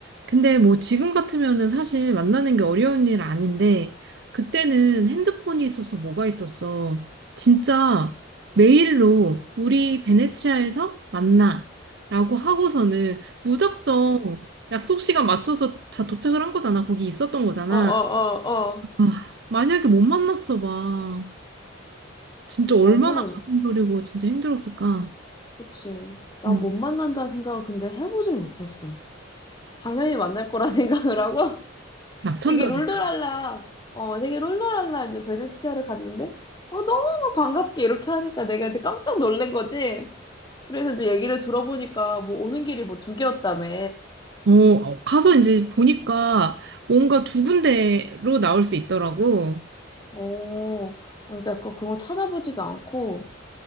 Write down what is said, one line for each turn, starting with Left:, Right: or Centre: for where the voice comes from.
Right: 근데 뭐 지금 같으면은 사실 만나는 게 어려운 일 아닌데, 그때는 핸드폰이 있어서 뭐가 있었어. 진짜 메일로 우리 베네치아에서 만나. 라고 하고서는 무작정 약속 시간 맞춰서 다 도착을 한 거잖아. 거기 있었던 거잖아.
Left: 어, 어, 어, 어.
Right: 아, 만약에 못 만났어 봐. 진짜 얼마나
Left: 나는,
Right: 가슴 졸이고 진짜 힘들었을까.
Left: 그치. 나
Right: 응.
Left: 못 만난다는 생각을 근데 해보질 못했어. 당연히 만날 거라 <laughs> 생각을 하고,
Right: 낙천전이다.
Left: 되게 룰루랄라, 어, 되게 룰루랄라 이제 베네치아를 갔는데, 어, 너무 반갑게 이렇게 하니까 내가 이제 깜짝 놀란 거지. 그래서 이제 얘기를 들어보니까 뭐 오는 길이 뭐 두 개였다며.
Right: 어, 어, 가서 이제 보니까 뭔가 두 군데로 나올 수 있더라고.
Left: 어, 그래서 약간 그런 거 찾아보지도 않고,